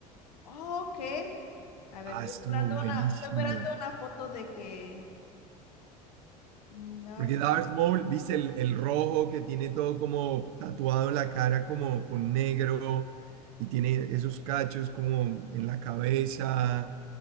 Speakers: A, on the left; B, on the right.
A: ok. A ver,
B: Ah,
A: estoy
B: estuvo
A: mirando
B: buenísimo.
A: una, estoy mirando una foto de que. no-
B: Porque Darth Maul, viste el, el rojo que tiene todo como tatuado en la cara, como con negro, y tiene esos cachos como en la cabeza,